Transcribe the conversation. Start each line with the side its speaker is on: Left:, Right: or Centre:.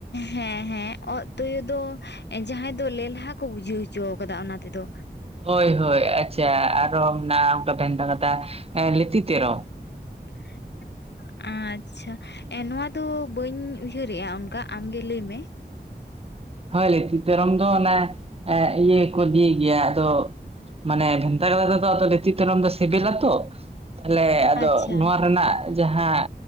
Left: ᱦᱮᱸ ᱦᱮᱸ ᱚᱸᱜ ᱛᱩᱭᱩ ᱫᱚ ᱡᱟᱦᱟᱸ ᱛᱮᱫᱚ ᱞᱮᱞᱦᱟ ᱠᱚ ᱵᱩᱡᱷᱟᱹᱣ ᱦᱚᱪᱚ ᱟᱠᱟᱫᱟ ᱚᱱᱟ ᱛᱮᱫᱚ᱾
Right: ᱦᱳᱭ ᱦᱳᱭ ᱟᱪᱪᱷᱟ ᱟᱨᱦᱚᱸ ᱢᱮᱱᱟᱜᱼᱟ, ᱚᱱᱠᱟ ᱵᱷᱮᱱᱛᱟ ᱠᱟᱛᱷᱟ 'ᱞᱤᱛᱤ ᱛᱮᱨᱚ'᱾
Left: <inaudible> ᱟᱪᱪᱷᱟ, ᱮᱸ ᱱᱚᱣᱟ ᱫᱚ ᱵᱟᱹᱧ ᱩᱭᱦᱟᱹᱨᱮᱜᱼᱟ ᱚᱱᱠᱟ ᱟᱢᱜᱮ ᱞᱟᱹᱭ ᱢᱮ᱾
Right: ᱦᱳᱭ ᱞᱤᱛᱤ ᱛᱮᱨᱚᱢ ᱫᱚ ᱚᱱᱟ ᱤᱭᱟᱹ ᱠᱚ ᱤᱫᱤᱭ ᱜᱮᱭᱟ᱾ ᱟᱫᱚ ᱢᱟᱱᱮ ᱵᱷᱮᱱᱛᱟ ᱠᱟᱛᱷᱟ ᱛᱮᱫᱚ ᱞᱤᱛᱤ ᱛᱮᱨᱚᱢ ᱫᱚ ᱥᱤᱵᱤᱞᱟ ᱛᱚ, ᱛᱟᱦᱞᱮ ᱟᱫᱚ
Left: ᱟᱪᱪᱷᱟ
Right: ᱱᱚᱣᱟ ᱨᱮᱱᱟᱜ ᱡᱟᱦᱟᱸ